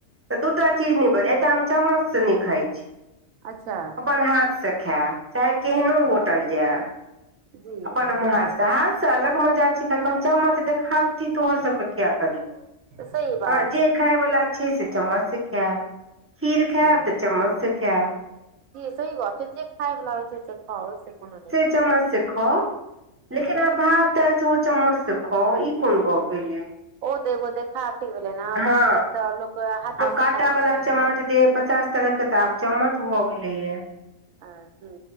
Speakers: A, on the right (about 15°); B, on the right (about 85°).
A: तऽ दूटा चीज नै बजै एकटा हम चम्मच से नै खाय छी।
B: अच्छा।
A: अपन हाथ से खाए चाहे केहनो
B: अच्छा
A: होटल जाय।
B: जी
A: अपन हम
B: अच्छा
A: हाथ से, हाथ से अलग मजा छै तखन चम्मच देखाबटी तोहर सबके कियाए करियौ।
B: तऽ सही बात
A: हां जे खाय बला छै से चम्मच से खाएब। खीर
B: छै
A: खाएब
B: जी
A: ते चम्मच से खाए।
B: जी सही गप छै जे खाय बला होय छै से खाउ ओय से कुनू
A: से चम्मच से खाउ, लेकिन
B: हूँ
A: आब भात दाल सेहो चम्मच से खोउ इ कोन गप्प भेलै।
B: ओ तऽ एगो देखाबटी भेलै ने
A: हँ
B: भात-दाल ते लोक हाथे
A: आब काँटावला
B: से खाय छै।
A: चम्मच दे पचास तरह के तऽ आब चम्मच भ गेलैया।
B: आ जी।